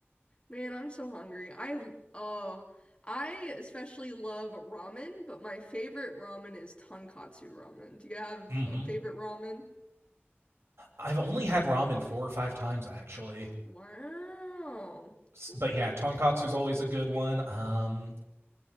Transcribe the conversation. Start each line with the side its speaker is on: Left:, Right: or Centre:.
Left: Man, I'm so hungry. I uh I especially love ramen, but my favorite ramen is tonkatsu ramen. Do you have
Right: hmm
Left: a favorite ramen?
Right: I've only had ramen four or five times actually,
Left: Wow. Okay.
Right: but yeah, tonkatsu's always a good one. Um,